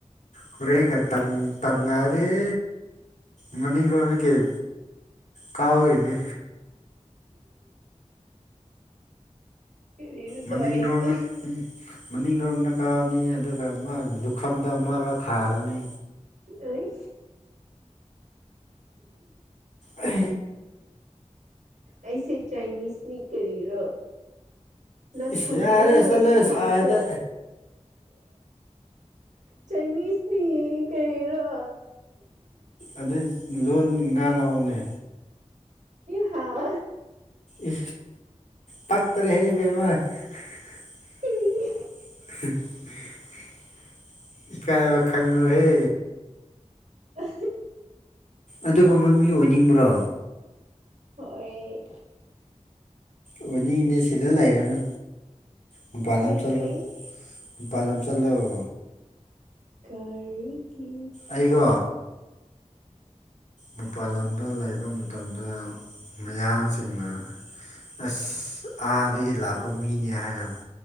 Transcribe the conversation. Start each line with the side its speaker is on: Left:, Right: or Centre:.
Left: ꯀꯔꯦꯒ ꯇꯝ ꯇꯝꯂꯗꯤꯦ ꯃꯅꯤꯡ ꯂꯣꯟꯅ ꯀꯩ ꯀꯥꯎꯗꯣꯏꯅꯦ
Right: ꯀꯔꯤꯔꯀꯣ
Left: ꯃꯅꯤꯡꯔꯣꯝꯗ
Right: ꯑꯩꯁꯨ
Left: ꯎ ꯃꯅꯤꯡ ꯂꯔꯣꯡꯅ ꯀꯥꯎꯔꯅꯤ ꯑꯗꯨꯒ ꯃꯥ ꯂꯨꯈꯝꯗ ꯑꯃ ꯊꯥꯔꯅꯤ
Right: ꯑ
Left: ꯎ
Right: ꯑꯩꯁꯦ ꯆꯥꯏꯅꯤꯁꯅꯤ ꯀꯔꯤꯔꯣ ꯅꯪ
Left: ꯏꯁ
Right: ꯈꯪꯗꯦ
Left: ꯌꯥꯔꯦ
Right: ꯍꯧꯖꯤꯛ
Left: ꯆꯠꯂꯣ
Right: ꯐꯥꯎꯁꯨ
Left: ꯁꯥꯏꯗ
Right: ꯆꯥꯏꯅꯤꯁꯅꯤ ꯀꯔꯤꯔꯣ
Left: ꯑꯗꯨ ꯂꯣꯟ ꯉꯥ ꯂꯥꯛꯑꯣꯅꯦ
Right: ꯍꯥ
Left: ꯏ ꯇꯥꯛꯛꯇꯔꯦ ꯕꯤꯃꯔ <unintelligible>
Right: ꯀꯔꯤꯒꯤ
Left: ꯏꯀꯥꯏꯔ ꯈꯥꯉꯨꯍꯦ
Right: ꯑ
Left: ꯑꯗꯨꯒꯨꯝꯕ ꯃꯤ ꯑꯣꯏꯅꯤꯡꯕ꯭ꯔꯣ
Right: ꯍꯣꯏ
Left: ꯑꯣꯏꯅꯤꯡ ꯏꯗꯤꯦ ꯁꯤꯗ ꯂꯩꯔꯅꯨ ꯃꯄꯥꯟꯗ
Right: ꯀꯩꯒꯤ
Left: ꯑꯃ ꯆꯠꯂꯣ ꯨꯡꯄꯥꯥꯜꯂ ꯆꯜꯂꯑꯣ
Right: ꯀꯔꯤꯒꯤ
Left: ꯑꯩꯀꯣ ꯃꯄꯥꯥꯟ ꯂꯝꯗ ꯂꯩꯕ ꯃꯇꯝꯗ ꯃꯤꯌꯥꯝꯁꯤꯡꯅ ꯑꯁ ꯑꯥꯗꯒꯤ ꯂꯥꯄ ꯃꯤꯅꯤ ꯍꯥꯏꯅꯕ